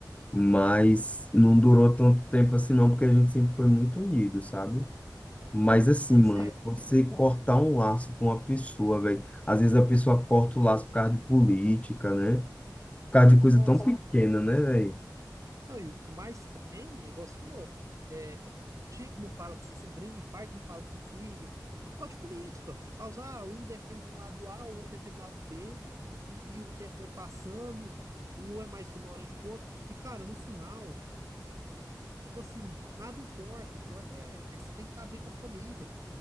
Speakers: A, on the left; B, on the right.
A: mas não durou tanto tempo assim não, porque a gente sempre foi muito unido, sabe? Mas assim,
B: Aí
A: mano,
B: você,
A: você cortar um laço com uma pessoa, velho, às vezes a pessoa corta o laço por causa de política, né? Por causa de coisa
B: nossa.
A: tão pequena, né, velho?
B: Não, e o que mais tem, é igual você falou, é, é tio que não fala com sobrinho, pai que não fala com filho, por causa de política. Por causa, ah, um defende um lado A, o outro defende o lado B, e, e o tempo vai passando, e um é mais ignorante que o outro. E, cara, no final, tipo assim, nada importa. Importa é, é você tem que estar bem com a família.